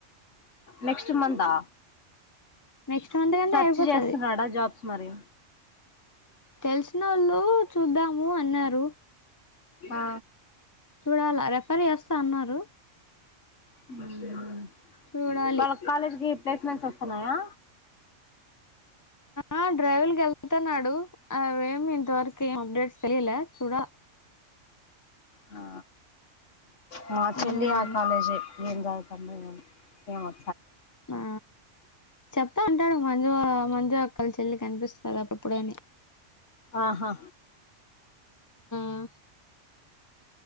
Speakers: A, on the left; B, on the left.
A: నెక్స్ట్ మంతా
B: నెక్స్ట్ మంత్ కంటే
A: సెర్చ్
B: అయిపోతది
A: చేస్తున్నాడా జాబ్స్ మరి
B: తెలిసినోళ్లు చూద్దాము అన్నారు
A: ఆ
B: చూడాలా రెఫర్ చేస్తా అన్నారు
A: హుమ్
B: చూడాలి
A: కాలేజ్ గి ప్లేస్మెంట్స్ వస్తన్నాయా
B: ఆ డ్రైవుల్ కెళ్తున్నాడు అవేమి ఇంతవరకు ఏం అప్డేట్స్ తెలిలే చూడల
A: హా మా చెల్లి
B: ఉమ్
A: వాళ కాలేజే ఏం చదువుతాందో ఎమో
B: ఆ చెప్తా అంటాడు మంజు మంజు అక్కల చెల్లి కనిపిస్తది అప్పుడప్పుడని
A: ఆహా
B: ఆ